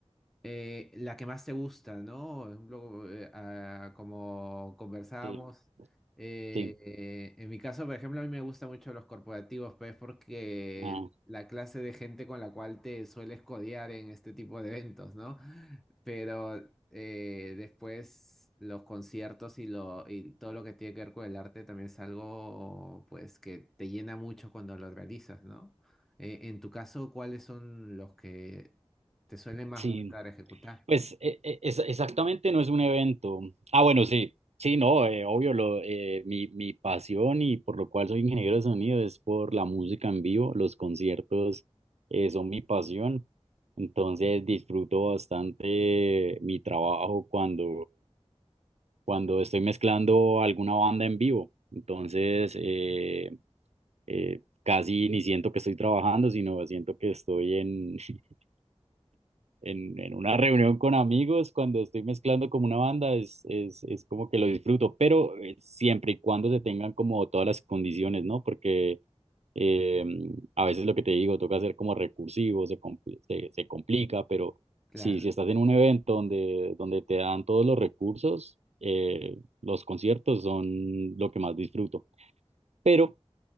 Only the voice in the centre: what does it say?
eh, la que más te gusta, ¿no? Por ejemplo, eh, ah, como conversábamos,
eh,
eh, en mi caso, por ejemplo, a mí me gustan mucho los corporativos, pues porque
la clase de gente con la cual te sueles codear en este tipo de eventos, ¿no? Pero eh, después los conciertos y, lo, y todo lo que tiene que ver con el arte también es algo, pues, que te llena mucho cuando lo realizas, ¿no? Eh, en tu caso, ¿cuáles son los que te suele más
gustar ejecutar.
Claro.